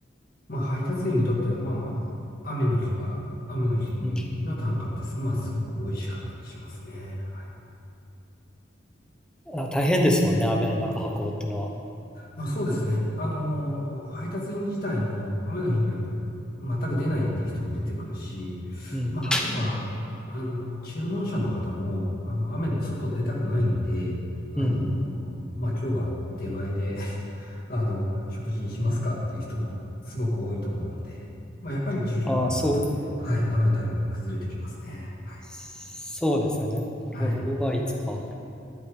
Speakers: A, on the left; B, in the centre.
A: まあ、配達員にとっては、まあ、雨の日が、雨の日の単価ってす、
B: うん。
A: まあ、すごく美味しかったりしますね。はい
B: あ、大変ですもんね、雨の中運ぶってのは。
A: まあ、そうですね。あのー配達員自体も雨の日になると全く出ないっていう人も出てくるし、
B: うん。
A: まあ、あとは、あのー注文者の方も、あの、雨で外出たくないんで、あの
B: うん。
A: ーまあ、今日は出前で <laughs> あの、食事にしますかっていう人もすごく多いと思うんで、まあ、やっぱり需給のバランスって、
B: ああ、そう。
A: はい、雨のタイミングで崩れてきますね。はい。
B: そうですよね。なるほど。
A: はい。
B: Uber Eats か。